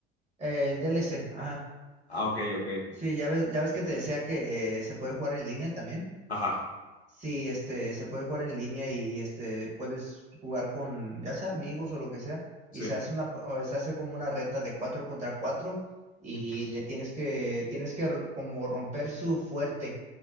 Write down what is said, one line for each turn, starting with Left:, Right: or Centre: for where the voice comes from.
Right: Eh, el DLC, ajá.
Left: Ah, ok, ok.
Right: Sí, ya ves, ya ves que te decía que eh, se puede jugar en línea también.
Left: Ajá,
Right: Sí, este, se puede jugar en línea y este, puedes jugar con ya sea amigos o lo que sea,
Left: sí.
Right: y se hace una, o se hace como una reta de cuatro contra cuatro y
Left: Ujú.
Right: le tienes que, tienes que r- como romper su fuerte.